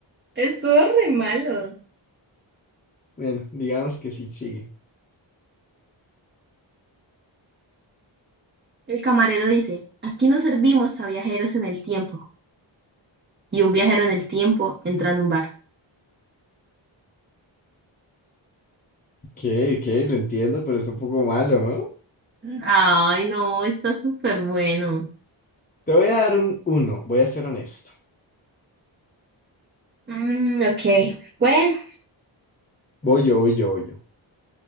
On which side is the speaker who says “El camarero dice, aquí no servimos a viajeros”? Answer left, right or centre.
Right